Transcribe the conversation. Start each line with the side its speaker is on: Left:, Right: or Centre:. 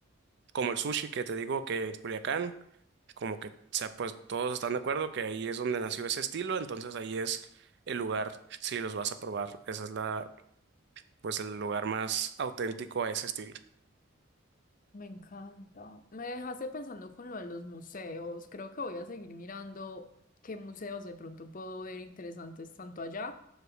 Right: Como el sushi que te digo que en Culiacán, como que, o sea, pues todos están de acuerdo que ahí es donde nació ese estilo, entonces ahí es el lugar si los vas a probar. Esa es la, pues el lugar más auténtico a ese estilo.
Left: Me encanta. Me dejaste pensando con lo de los museos. Creo que voy a seguir mirando qué museos de pronto puedo ver interesantes tanto allá